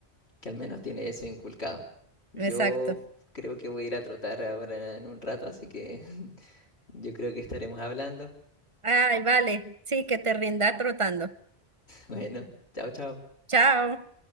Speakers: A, on the left (about 75°); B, on the right (about 30°).
A: que al menos tiene eso inculcado. Yo
B: Exacto.
A: creo que voy a ir a trotar ahora en un rato, así que <laughs> yo creo que estaremos hablando. <laughs>
B: Ay, vale. Sí, que te rinda trotando.
A: Bueno, chao, chao.
B: Chao.